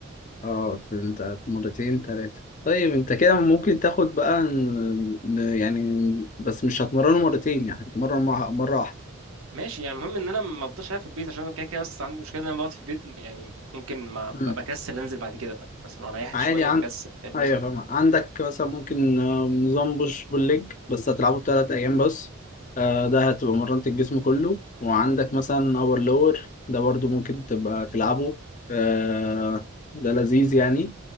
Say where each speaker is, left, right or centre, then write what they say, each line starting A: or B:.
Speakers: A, on the left; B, on the right.
A: أه أنت مرتين ثلاثة طيب أنت كده ممكن تاخد بقى ن- ن- يعني بس مش هتمرنه مرتين يعني هتتمرن مع- مرة واحدة
B: ماشي يعني المهم ان انا ما افضلش قاعد في البيت عشان أنا كده كده بس عندي مشكله ان انا بقعد في البيت يعني ممكن ما ب-
A: ممكن
B: بكسل انزل بعد كده بقى يعني مثلا لو ريحت
A: عادي
B: شويه
A: عن
B: بكسل فاهم
A: ايوه
B: قصدي
A: فاهم عندك مثلا ممكن آه، نظام بوش بول ليج بس هتلعبه بثلاث ايام بس آه، ده هتبقى مرنت الجسم كله وعندك مثلا اور لور ده برضو ممكن تبقى تلعبه آه، ده لذيذ يعني